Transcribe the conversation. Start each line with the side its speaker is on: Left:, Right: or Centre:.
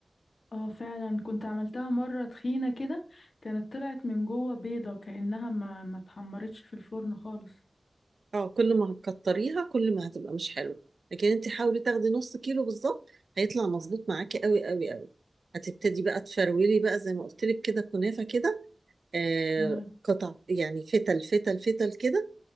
Left: اه فعلا كنت عملتها مرة تخينة كده كانت طلعت من جوه بيضة كأنها ما ما اتحمرتش في الفرن خالص
Right: اه كل ما هتكتريها كل ما هتبقى مش حلو لكن انت حاولي تاخدي نص كيلو بالظبط هيطلع مظبوط معاكي قوي قوي قوي هتبتدي بقى تفرولي بقى زي ما قلت لك كده كنافه كده آه
Left: تمام
Right: قطع يعني فتل فتل فتل كده